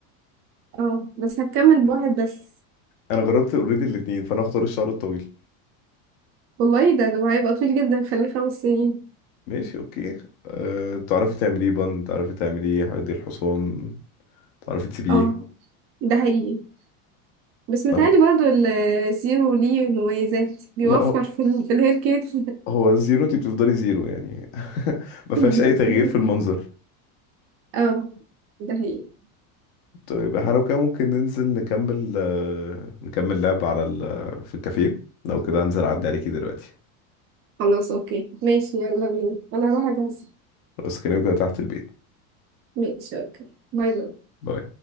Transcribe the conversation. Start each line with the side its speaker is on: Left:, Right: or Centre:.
Right: اه بس هتكمل بواحد بس
Left: انا جربت اوريدي الاتنين فانا اختار الشعر الطويل
Right: والله ده ده هيبقى طويل جدا خليه خمس سنين
Left: ماشي اوكي أه تعرفي تعمليه بند تعرفي تعمليه حديقة الحصان تعرفي تسيبيه
Right: اه ده حقيقي بس متهيألي
Left: لا
Right: برضو الزيرو ليه مميزات بيوفر
Left: لا، هو
Right: في ال في الهير كير <laughs>
Left: هو زيرو انت بتفضلي زيرو يعني <laughs> ما فيهاش
Right: <laughs>
Left: اي تغيير في المنظر
Right: اه ده حقيقي
Left: طيب احنا لو كده ممكن ننزل نكمل آه، نكمل لعب على ال... في الكافيه لو كده هنزل اعدي عليكي دلوقتي
Right: خلاص اوكي ماشي يلا بينا انا هروح اجهز
Left: بس كده تحت البيت
Right: ماشي اوكي باي باي
Left: باي